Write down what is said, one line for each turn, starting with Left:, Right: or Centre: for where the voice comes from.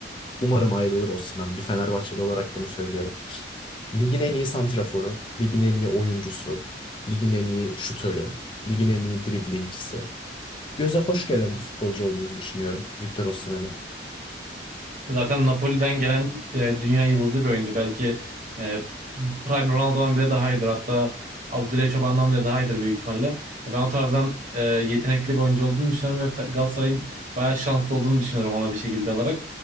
Left: Umarım ayrılır Osimhen. Bir Fenerbahçeli olarak bunu söylüyorum. Ligin en iyi santraforu, ligin en iyi oyuncusu, ligin en iyi şutörü, ligin en iyi driblingçisi. Göze hoş gelen bir futbolcu olduğunu düşünüyorum Victor Osimhen'in.
Right: Zaten Napoli'den gelen e, dünya yıldızı bir oyuncu. Belki e, Prime Ronaldo'dan bile daha iyidir. Hatta Abdüley Çoban'dan bile daha iyidir büyük ihtimalle. E, ben o tarzdan e, yetenekli bir oyuncu olduğunu düşünüyorum ve Fe- Galatasaray'ın bayağı şanslı olduğunu düşünüyorum ona bir şekilde alarak.